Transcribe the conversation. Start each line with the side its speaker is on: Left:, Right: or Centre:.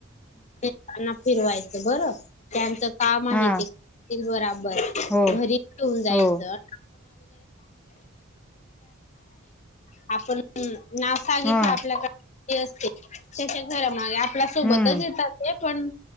Left: त्यांना फिरवायचं बरं त्यांचं काम आहे
Centre: हा
Left: ते करतील बराबर
Centre: हो
Left: घरी ठेऊन जायचं
Centre: हो
Left: आप सांगितले
Centre: हा
Left: आपल्याकडे असते त्याच्या घरामागे आपल्या सोबतच
Centre: हम्म
Left: येतात ते पण